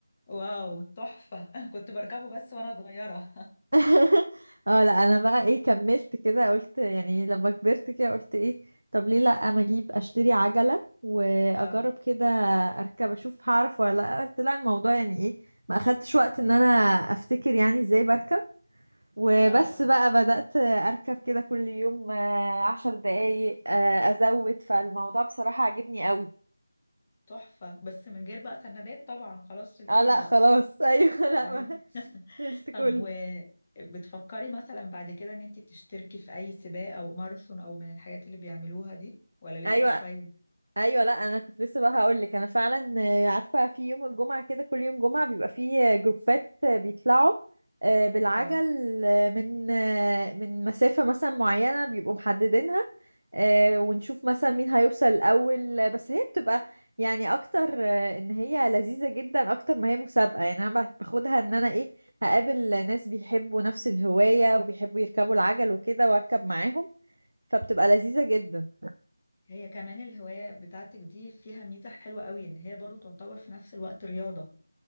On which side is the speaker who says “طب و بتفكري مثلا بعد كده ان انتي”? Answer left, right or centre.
Left